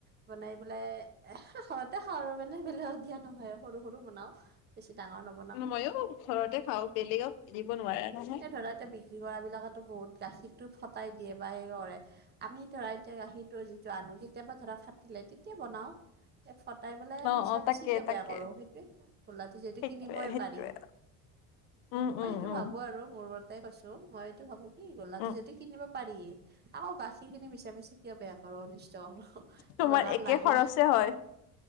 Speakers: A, on the right (about 25°); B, on the left (about 85°).
A: বনাই পেলাই এ হে ঘৰতে খাওঁ মানে বেলেগক দিয়া নহয় আৰু সৰু সৰু বনাও বেছি ডাঙৰ নহয়
B: মইয়ো ঘৰতে খাওঁ বেলেগক দিব নোৱাৰা নহয়
A: <unintelligible> লৰা বিলাকেতো বহুত গাখীৰটো ফটাই দিয়ে বা সেই কৰে আমি ধৰা এতিয়া গাখীৰটোৰ যিটো আনো কেতিয়াবা ধৰা ফাটিলে তেতিয়া বনাও এ ফটাই পেলাই
B: অ
A: মিছা
B: অ
A: মিছি
B: তাকে
A: কিয়
B: তাকে
A: বেয়া কৰো সেইটোৱে খোলাটো যিহেতু
B: সেইটোৱে
A: কিনিবই
B: সেইটোৱে
A: পাৰি
B: উম
A: মই
B: উম
A: সেইটো
B: উম
A: ভাবো আৰু মোৰ কৈছো মই এইতো ভাবো কি গলাটো
B: উম
A: যদি কিনিব পাৰিয়ে আকৌ গাখীৰ খিনি মিচা মিচি কিয় বেয়া কৰো অনিষ্ট কৰো
B: তোমাৰ
A: লৰাক
B: একে
A: লাগে
B: খৰচে হয়